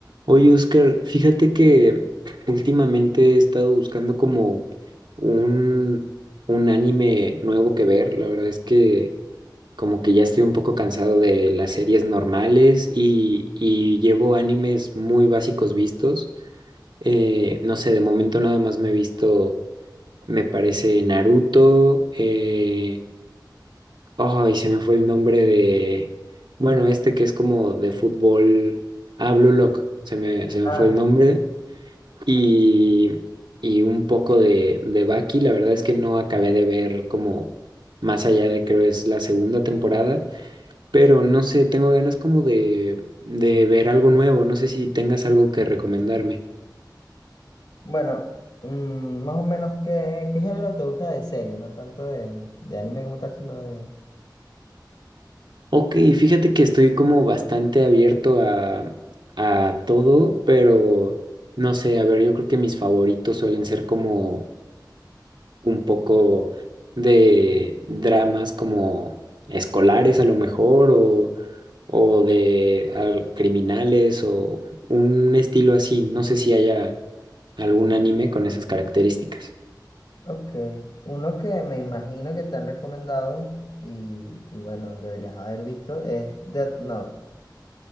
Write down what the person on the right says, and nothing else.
Oye, Oscar, fíjate que últimamente he estado buscando como un, un anime nuevo que ver. La verdad es que como que ya estoy un poco cansado de las series normales y, y llevo animes muy básicos vistos. Eh, no sé, de momento nada más me he visto, me parece Naruto. Eh, ay, se me fue el nombre de, bueno, este que es como de fútbol. Ah, Blue Lock, se me, se me
fue el nombre y, y un poco de, de Baki. La verdad es que no acabé de ver como más allá de creo es la segunda temporada, pero no sé, tengo ganas como de, de ver algo nuevo. No sé si tengas algo que recomendarme.
Ok, fíjate que estoy como bastante abierto a, a todo, pero no sé, a ver, yo creo que mis favoritos suelen ser como... un poco de dramas como escolares a lo mejor o, o de al- criminales o un estilo así. No sé si haya algún anime con esas características.